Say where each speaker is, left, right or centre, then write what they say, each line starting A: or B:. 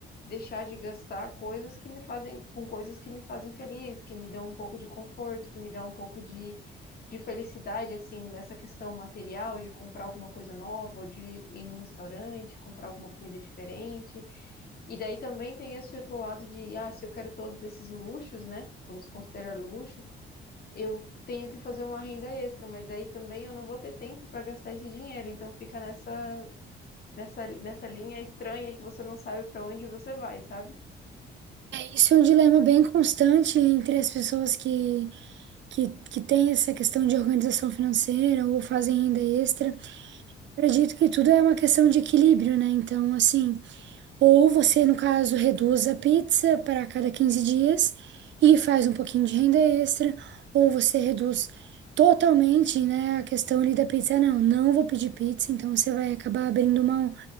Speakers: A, on the left; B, on the right.
A: deixar de gastar coisas que me fazem, com coisas que me fazem feliz, que me dão um pouco de conforto, que me dão um pouco de, de felicidade, assim, nessa questão material, de comprar alguma coisa nova, ou de ir num restaurante, comprar alguma comida diferente e daí também tem esse outro lado de, ah, se eu quero todos esses luxos, né? Vamos considerar luxo, eu tenho que fazer uma renda extra, mas aí também eu não vou ter tempo para gastar esse dinheiro. Então fica nessa, nessa, nessa linha estranha que você não sabe para onde você vai, sabe?
B: Isso é um dilema bem constante entre as pessoas que, que, que têm essa questão de organização financeira ou fazem renda extra. Eu acredito que tudo é uma questão de equilíbrio, né? Então, assim, ou você, no caso, reduz a pizza para cada 15 dias e faz um pouquinho de renda extra, ou você reduz totalmente, né, a questão ali da pizza. Ah, Não, não vou pedir pizza, então você vai acabar abrindo mão